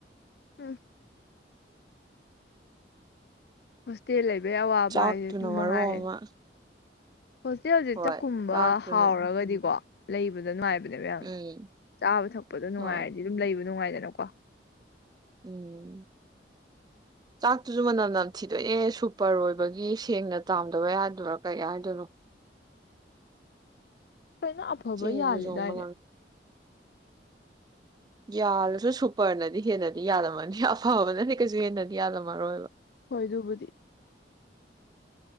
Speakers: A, on the left (about 60°); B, on the right (about 25°).
A: ꯎꯝ ꯍꫭꯁꯇꯦꯜ ꯂꯩꯕ ꯕꯩ ꯑꯋꯥꯕ
B: ꯆꯥꯛꯇꯨꯅ
A: ꯍꯥꯏꯁꯦ ꯑꯗꯨ
B: ꯃꯔꯣꯟ
A: ꯃꯉꯥꯏꯔꯦ
B: ꯑꯃ
A: ꯍꯣꯁꯇꯦꯜꯁꯦ
B: ꯍꯣꯏ
A: ꯆꯥꯛꯀꯨꯝꯕ
B: ꯆꯥꯛꯇꯨꯅ
A: ꯍꯥꯎꯔꯒꯗꯤꯀꯣ ꯂꯩꯕꯗ ꯅꯨꯡꯉꯥꯏꯕ
B: ꯎꯝ
A: ꯆ ꯊꯛ ꯅꯨꯡꯉꯥꯏꯔꯗꯤ
B: ꯍꯣꯏ
A: ꯂꯩ ꯅꯨꯡꯉꯥꯏꯗꯅꯀꯣ
B: ꯎꯝ ꯆꯥꯛꯇꯨꯁꯨ ꯃꯅꯝ ꯅꯝ ꯊꯤꯗꯣꯛꯦ ꯁꯨꯄꯔ ꯑꯣꯏꯕꯒꯤ ꯁꯦꯡꯅ ꯆꯥꯝꯗꯕ ꯌꯥꯗꯣꯏꯔꯥ ꯀꯩ ꯍꯥꯏꯗꯣꯏꯔꯣ
A: ꯂꯣꯏꯅ ꯑꯐꯕ
B: ꯆꯦꯟꯖꯖꯣꯡꯕ
A: ꯌꯥꯜꯂꯤꯗꯥꯏꯅꯦ
B: ꯌꯥꯜꯂꯁꯨ ꯁꯨꯄꯔꯅꯗꯤ ꯍꯦꯟꯅꯗꯤ ꯌꯥꯜꯂꯝꯃꯅꯤ ꯑꯐꯕꯅꯗꯤ ꯀꯩꯁꯨ ꯍꯦꯟꯅꯗꯤ ꯌꯥꯜꯂꯝꯃꯔꯣꯏꯕ
A: ꯍꯣꯏ ꯑꯗꯨꯕꯨꯗꯤ